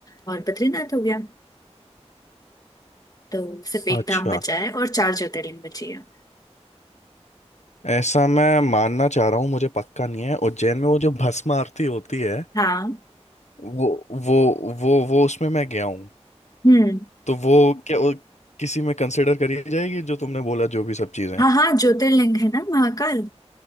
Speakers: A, on the left; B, on the left.
A: और बद्रीनाथ हो गया तो सिर्फ एक
B: अच्छा
A: धाम बचा है और चार ज्योतिर्लिंग बची है
B: ऐसा मैं मानना चाह रहा हूँ मुझे पक्का नहीं है उज्जैन में वो जो भस्म आरती होती है
A: हाँ
B: वो वो वो वो उसमें मैं गया हूँ
A: हम्म
B: तो वो क्या वो किसी में कंसिडर करी जाएगी जो तुमने बोला जो भी सब चीजें
A: हाँ हाँ ज्योतिर्लिंग है ना महाकाल